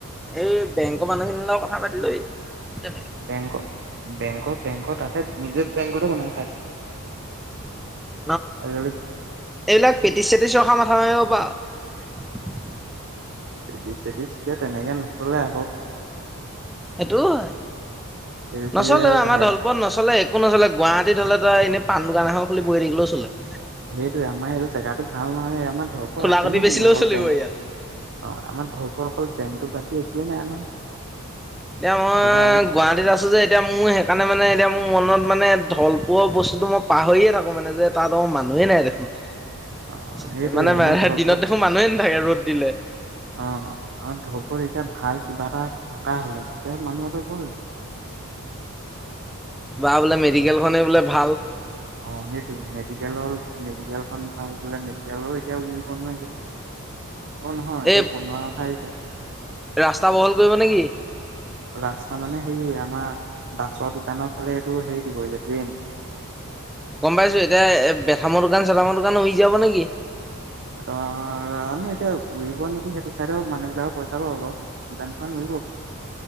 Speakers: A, in the centre; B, on the right.
A: এই বেংকৰ মানুহখিনিৰ লগত কথা পাতি লবি ।
B: বেং বেংকৰ বেংকৰ তাতে নিজে বেংকতে বনাই খায়।
A: <unintelligible>
B: আজিকালি
A: এইবিলাক পেতিছ চেটিছ ৰখা মাথা মাৰিব পাৱ।
B: পেটিচ চেটিছ তেনেকে নচলে আকৌ ।
A: সেইটো হয়,
B: যেতি তেতিয়া
A: নচলে আমাৰ
B: ভাই
A: দলপত নচলে একো নচলে গুৱাহাটীত হলে এ এনে পাণ দোকান এখন খুলি বহি থাকিলেও চলে ।
B: সেইটোৱে আমাৰ এইটো জেগাতটো ভাল নহয় আমাৰ ধৰ
A: খোলা
B: আছে
A: কাটি
B: নেকি
A: বেচিলেও
B: অকল
A: চলিব
B: বেংক
A: ইয়াত
B: অ আমাৰ ধৰ অকল পেনটো পাটি একোৱেই নাই নহয়।
A: এতিয়া মই
B: বোলে আৰু
A: গুৱাহাটীত আছো যে এতিয়া মোৰ সেইকাৰণে মানে এতিয়া মোৰ মনত মানে ঢল পোৱ বস্তুতটো মই পাহৰিয়ে থাকো মানে, যে তাত অ মানুহে নাই দেখোন ।
B: অ সেইটোৱে
A: মানে
B: আমাৰ ধৰপত
A: দিনত দেখোন মানুহে নাথাকে ৰ'দ দিলে।
B: অ আৰু ধবত এতিয়া ভাল কিবা এটা থকা হলে, তেতিয়া মানুহটো ভৰ হৈ যায় ।
A: বা বোলে মেডিকেলখনেই বোলে ভাল ।
B: অঁ সেইটোৱে <unintelligible> <unintelligible> মেডিকেলৰ মেডিকেলখন ভাল বোলে মেডিকেলো এতিয়া বুলিব নোৱাৰ অ নহয়।
A: এই
B: বনোৱা ঠাই <inaudible>
A: ৰাস্তা বহল কৰিব নেকি?
B: ৰাস্তা মানে হেৰি আমাৰ দাচৰ দোকানৰ ফালে এইটো হেৰি হৈ য দেইম ।
A: গম পাইছো এতিয়া এ বেথামৰ দোকান চেথামৰ দোকান হৈ যাব নেকি?
B: অ। নাজানো এতিয়া উৰিব নেকি? সেইটো চাইডেও মানুহ বিলাকৰ পইচা পাব বাও। দোকান খন উৰিব,